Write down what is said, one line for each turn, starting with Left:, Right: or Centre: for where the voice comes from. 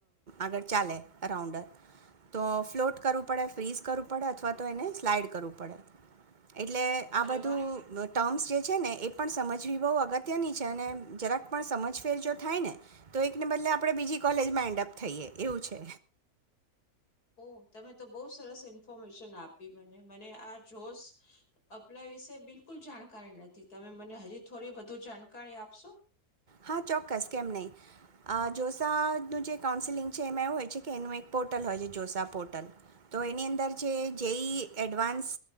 Right: આગળ ચાલે રાઉન્ડર તો ફ્લોટ કરવું પડે ફ્રીઝ કરવું પડે અથવા તો એને સ્લાઈડ કરવું પડે. પડ. એટલે આ
Left: અરે
Right: બધું
Left: વાહ
Right: ટર્મ્સ જે છે ને એ પણ સમજવી બહુ અગત્યની છે અને જરાક પણ સમજ ફેર જો થાય ને તો એકને બદલે આપણે બીજી કોલેજમાં એન્ડઅપ થઈએ એવું છે.
Left: ઓ તમે તો બહુ સરસ ઇન્ફોર્મેશન આપી મને મને આ જોશ અપ્લાય વિશે બિલકુલ જાણકારી નથી તમે મને હજી થોડી વધુ જાણકારી આપશો?
Right: હા ચોક્કસ કેમ નહીં જોસાનું જે કાઉન્સલિંગ છે એમાં એવું હોય છે કે એનું એક પોર્ટલ હોય છે જોસા પોર્ટલ તો એની અંદર જે જેઈ એડવાન્સ